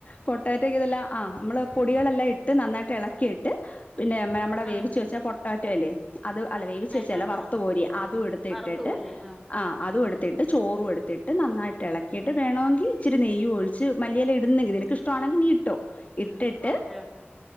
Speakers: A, on the left; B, in the centre.
A: പൊ പൊട്ടേറ്റക്ക ഇതെല്ലാം ആ നമ്മൾ പൊടികളെല്ലാം ഇട്ട് നന്നട്ട് ഇളക്കിയിട്ട് പിന്നെ നമ്മുടെ
B: ആഹ്
A: വേവിിച്ചച്ച് വെച്ചാൽ പ റ്റ അല്ലേ അത് അല വേവ ശേച്ചല്ല
B: അയിനാത്ത്
A: വറുപ
B: കാണണം
A: പോരി അതും എടുത്തിട്ടിട്ട്
B: വറുത്ത് കോരി ആഹ്
A: ആ് അതും എടു ത്തിട്ട് ചോറും എടുത്തിട്ട് നന്നായിട്ട് ഇളക്കിയിട്ട് വേണമെങ്കിൽ ഇച്ചിരിെയ്യ് ഒഴച്ച് മല്ലിയയിൽ ഇടുന്നെങ്കിൽ നിനക്ക് ഇ ആണെങ്കിൽ നീ ഇട്ടോ ഇട്ടിട്ട്
B: ഓക്കെ ഓക്കെ